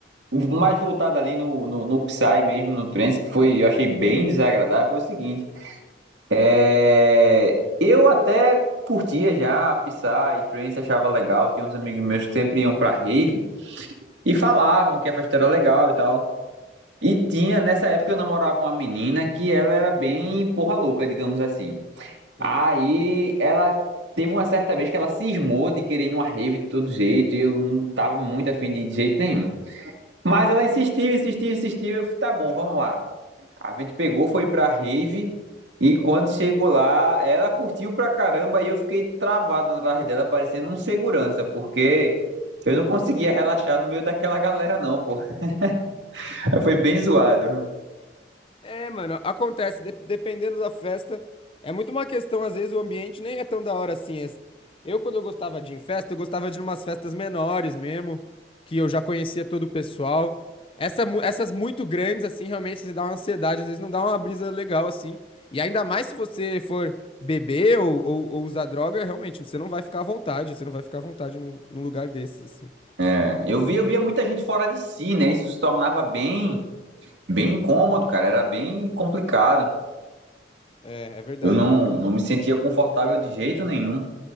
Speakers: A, on the right; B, on the left.
A: mais voltada ali no, no, no Psy mesmo, no trance, que foi, eu achei bem desagradável, foi o seguinte. É, eu até curtia já Psy, Trance achava legal. Tinha uns amigos meus que sempre iam pra rave e falavam que a festa era legal e tal. E tinha, nessa época eu namorava uma menina que ela era bem porra louca, digamos assim.
B: sim
A: Aí ela teve uma certa vez que ela cismou de querer ir numa rave de todo jeito e eu não tava muito afim de ir de jeito nenhum. Mas ela insistiu, insistiu, insistiu. Eu falei, tá bom, vamos lá. A gente pegou, foi pra rave e quando chegou lá, ela curtiu pra caramba e eu fiquei travado atrás dela, parecendo um segurança, porque eu não conseguia relaxar no meio daquela galera, não, pô. <laughs> Foi bem zoado.
B: É, mano, acontece, de- dependendo da festa, é muito uma questão, às vezes o ambiente nem é tão da hora assim. é- Eu, quando eu gostava de ir em festa, eu gostava de ir umas festas menores mesmo, que eu já conhecia todo o pessoal. Essa, mu- essas muito grandes, assim, realmente se dá uma ansiedade, às vezes não dá uma brisa legal, assim. E ainda mais se você for beber ou, ou, ou usar droga, realmente, você não vai ficar à vontade, você não vai ficar à vontade num, num lugar desses, assim.
A: É, Eu via, eu via muita gente fora de si, né? Isso se tornava bem, bem incômodo, cara. Era bem complicado.
B: É, é verdade.
A: Eu não, não me sentia confortável de jeito nenhum.